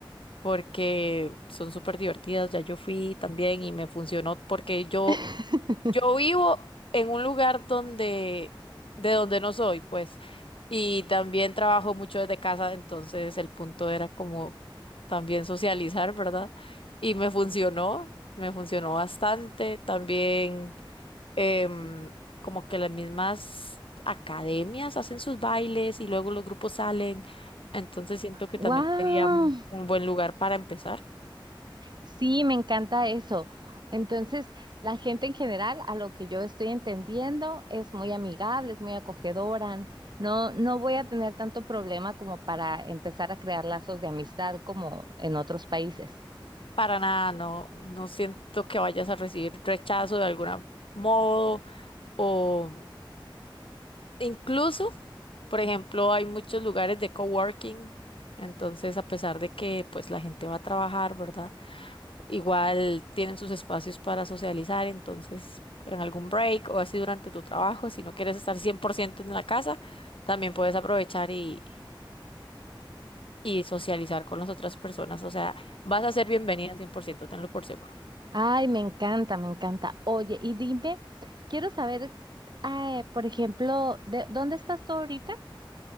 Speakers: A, on the left (about 80°); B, on the right (about 55°).
A: porque son súper divertidas. Ya yo fui también y me funcionó porque yo
B: <laughs>
A: yo vivo en un lugar donde, de donde no soy, pues, y también trabajo mucho desde casa, entonces el punto era como también socializar, ¿verdad? Y me funcionó, me funcionó bastante. También em, como que las mismas academias hacen sus bailes y luego los grupos salen, entonces siento que
B: ¡Wow!
A: también sería un un buen lugar para empezar.
B: Sí, me encanta eso. Entonces, la gente en general, a lo que yo estoy entendiendo, es muy amigable, es muy acogedora. No, no voy a tener tanto problema como para empezar a crear lazos de amistad como en otros países.
A: Para nada, no, no siento que vayas a recibir rechazo de algún modo o incluso, por ejemplo, hay muchos lugares de coworking, entonces a pesar de que pues la gente va a trabajar, ¿verdad? Igual tienen sus espacios para socializar, entonces en algún break o así durante tu trabajo, si no quieres estar 100% en la casa, también puedes aprovechar y, y socializar con las otras personas, o sea, vas a ser bienvenida cien por ciento tenlo por seguro.
B: Ay, me encanta, me encanta. Oye, y dime, quiero saber, eh, por ejemplo, de, ¿dónde estás tú ahorita?